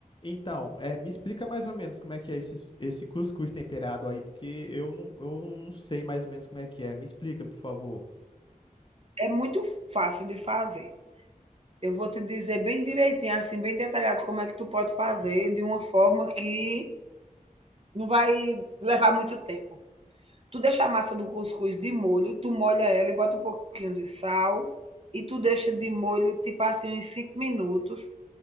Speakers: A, on the left; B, on the right.
A: Então, é, me explica mais ou menos como é que é esse, esse cuscuz temperado aí, porque eu não, eu não sei mais ou menos como é que é. Me explica, por favor.
B: É muito fácil de fazer. Eu vou te dizer bem direitinho, assim, bem detalhado como é que tu pode fazer de uma forma que não vai levar muito tempo. Tu deixa a massa do cuscuz de molho, tu molha ela e bota um pouquinho de sal e tu deixa de molho tipo assim uns cinco minutos